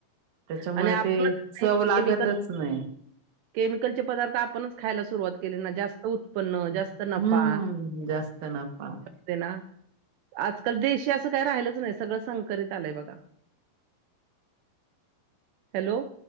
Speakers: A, on the right (about 60°); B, on the right (about 85°).
A: त्याच्यामुळे
B: आणि आपणच
A: ते चव
B: हे केमिकल
A: लागतच नाही.
B: केमिकलचे पदार्थ आपणच खायला सुरुवात केले ना. जास्त उत् उत्पन्न
A: हम्म,
B: जास्त नफा
A: जास्त नफा.
B: ते ना आजकाल देशी असं काय राहिलच नाही सगळं संकरीत आलंय बघा हॅलो